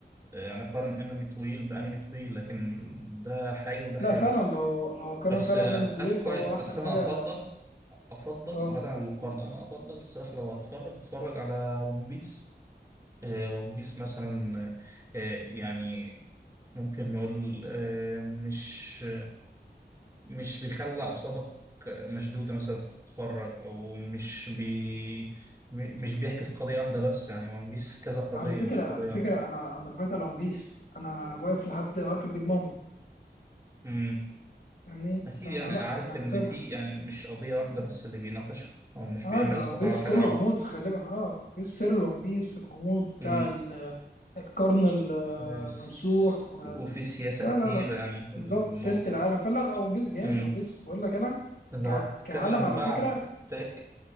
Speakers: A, on the right; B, on the left.
A: آه، يعني قارن انمي طويل بانمي طويل لكن ده حاجة وده
B: لا
A: حاجة
B: فعلا لو لو قارن
A: بس
B: فعلا
A: اتاك
B: انمي طويل
A: كويس
B: فهو احسن
A: بس
B: حاجه
A: انا افضل افضل
B: اه
A: بعد عن المقارنه انا افضل الصراحه لو هتفرج اتفرج على ون بيس ون بيس مثلا آه، يعني ممكن نقول آه، مش مش بيخلي اعصابك مشدوده مثلا تتفرج او مش بي م- مش بيحكي في قضيه واحده بس يعني ون بيس كذا قضيه
B: على فكره
A: مش
B: على
A: قضيه
B: فكره
A: واحده
B: انا انا اتفرجت على ون بيس انا واقف لحد ارك البيج مام
A: امم
B: فاهمني
A: اكيد
B: فانا
A: يعني
B: لا
A: عارف
B: انا متابع
A: ان في يعني مش قضيه واحده بس اللي بيناقشها او مش
B: اه
A: بيعمل
B: ده
A: اسقاط
B: ون بيس
A: على حاجه
B: كله
A: واحده
B: غموض غالبا اه ون بيس سر ون بيس الغموض بتاع
A: اه
B: ال- القرن ال-
A: بس-
B: الممسوح و...
A: وفي سياسة
B: لا
A: كتير
B: لا لا لا
A: يعني في الموضوع
B: بالظبط سياسه العالم فلا لا ون بيس جامد
A: امم
B: ون بيس بقول لك انا
A: لو
B: ك...
A: اتكلم
B: كعالم على
A: بقى
B: فكره
A: عن التاك